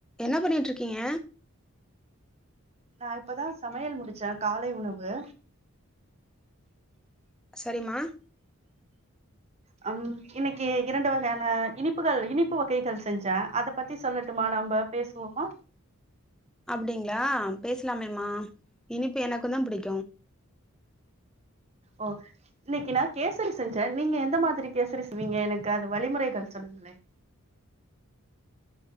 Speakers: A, in the centre; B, on the right.
A: என்ன பண்ணிகிட்ருக்கீங்க
B: நா இப்பதா சமையல் முடிச்ச காலை உணவு
A: சரிம்மா
B: ஹம் இன்னைக்கு இரண்டு வகையான இனிப்புகள் இனிப்பு வகைகள் செஞ்ச அதப்பத்தி சொல்லட்டுமா நம்ப பேசுவோமா
A: அப்டிங்களா பேசலாமேமா இனிப்பு எனக்குந்தா புடிக்
B: ஒ இன்னைக்கு நா கேசரி செஞ்ச நீங்க எந்த மாதிரி கேசரி செய்வீங்க எனக்கு அது வழிமொறைகள் சொல்லுங்களே